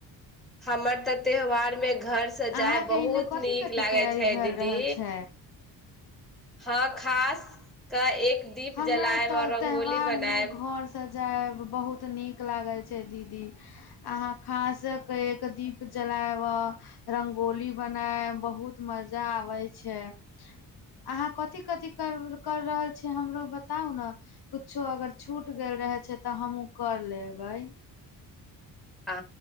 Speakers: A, in the centre; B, on the left.
A: हमर तऽ त्यौहारमे घर से जाय
B: अहाँके
A: बहुत
B: एने कथी
A: नीक
B: कथी
A: लागे
B: तैयारी
A: छै
B: भए
A: दीदी
B: रहल छै
A: हँ खास कऽ एक दीप
B: हमरा
A: जलायब
B: तऽ
A: आओर रंगोली
B: त्यौहार
A: बनायब
B: मे घर से जायब बहुत नीक लागैत दीदी अहाँ ख दीप जलाब रंगोली बनायब बहुत मजा आबे छै अहााँ कथि कथि कर कर रहल छी हमरो बताउ ने कुछो अगर छूट गेल रहे छै तऽ हमू कर लेबै
A: आ